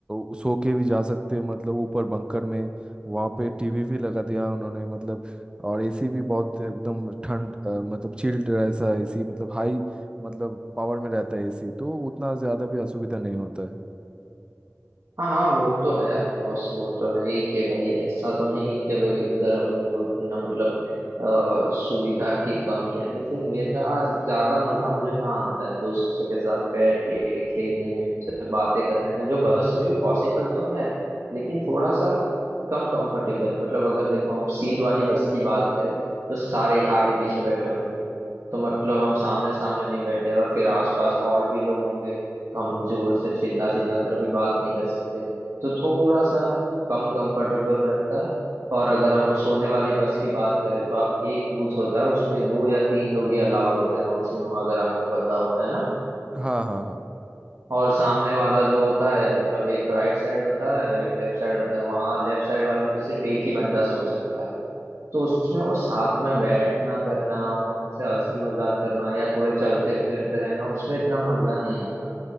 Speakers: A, on the right; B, on the right.
A: अ, सो के भी जा सकते हैं मतलब ऊपर बंकर में वहाँ पे टीवी भी लगा दिया है उन्होंने मतलब और एसी भी बहुत एकदम ठंड अ, मतलब चिल्ड ऐसा एसी मतलब हाई मतलब पावर में रहता है एसी तो उतना ज़्यादा भी असुविधा नहीं होता है
B: हाँ हाँ वो तो है ऑफ कोर्स वो तो है ही कि भाई ऐसा तो नहीं है कि भाई उधर अपने को इतना मतलब अ, सुविधा की कमी है लेकिन मेरा ज्यादा मजा मुझे कहाँ आता है दोस्तों के साथ बैठ के खेलने में उनसे बातें करने में जो बस में भी पॉसिबल तो है लेकिन थोड़ा सा कम कंफर्टेबल है मतलब अगर देखो हम सीट वाली बस की बात करें तो सारे आगे पीछे बैठे होंगे तो मतलब हम सामने सामने नहीं बैठे और फिर आसपास और भी लोग होंगे तो हम जोर से चिल्ला चिल्ला कर भी बात नहीं कर सकते तो थोड़ा सा कम कंफर्टेबल रहता है और अगर हम सोने वाली बस की बात करें तो आप एक बूथ होता है उसमें दो या तीन लोग ही अलाउड होते हैं मैक्सिमम अगर आपको पता होता है ना
A: हाँ हाँ हाँ
B: और सामने वाला जो होता है मतलब एक राइट साइड होता है और एक लेफ्ट साइड होता है वहाँ लेफ्ट साइड वाले में तो सिर्फ एक ही बंदा सो सकता है तो उसमें वो साथ में बैठना करना और उनसे हंसी मजाक करना या थोड़े चलते फिरते रहना उसमें इतना मजा नहीं आता